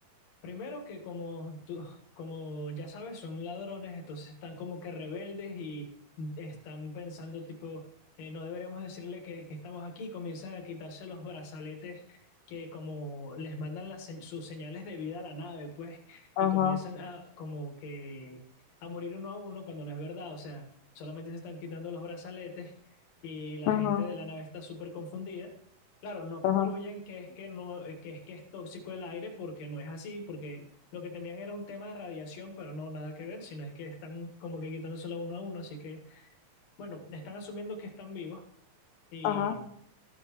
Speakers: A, on the left; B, on the left.
A: Primero que como tú, como ya sabes, son ladrones, entonces están como que rebeldes y están pensando tipo, eh, no deberíamos decirle que, que estamos aquí, comienzan a quitarse los brazaletes que como les mandan las, se- sus señales de vida a la nave, pues,
B: ajá,
A: y comienzan a como que a morir uno a uno cuando no es verdad, o sea, solamente se están quitando los brazaletes y la
B: ajá,
A: gente de la nave está súper confundida. Claro, no concluyen
B: ajá,
A: que es que no, eh, que es que es tóxico el aire porque no es así, porque lo que temían era un tema de radiación, pero no, nada que ver, sino es que están como que quitándosela uno a uno, así que, bueno, están asumiendo que están vivos y.
B: ajá,